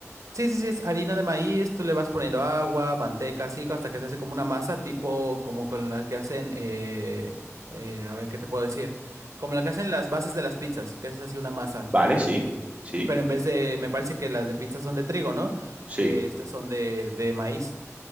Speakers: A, on the right (about 85°); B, on the right (about 25°).
A: sí, sí, sí, es harina de maíz, tú le vas poniendo agua, manteca, así, hasta que se hace como una masa, tipo como con la que hacen, eh, eh, a ver qué te puedo decir, como la que hacen las bases de las pizzas, que haces así una masa
B: Vale,
A: eh,
B: sí,
A: de...
B: sí,
A: Pero en vez de, me parece que las de pizza son de trigo, ¿no?
B: sí.
A: Eh, estas son de, de maíz.